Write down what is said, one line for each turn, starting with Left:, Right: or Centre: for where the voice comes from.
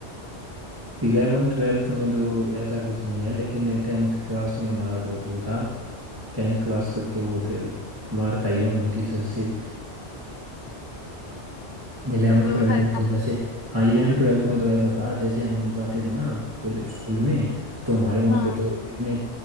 Right: इलेवन ट्वेल्थ में तो ऐसा कुछ नहीं है लेकिन टेंथ क्लास में हमारा बहुत वो था टेंथ क्लास तक तो वो थे मार खाई है हमने टीचर्स से इलेवन
Left: तो तो
Right: ट्वेल्थ
Left: हर
Right: में तो जैसे हाँ इलेवन ट्वेल्थ में तो ऐसा था जैसे हम जाते थे ना कॉलेज स्कूल में तो हमारे वहाँ
Left: हाँ
Right: पे तो इतने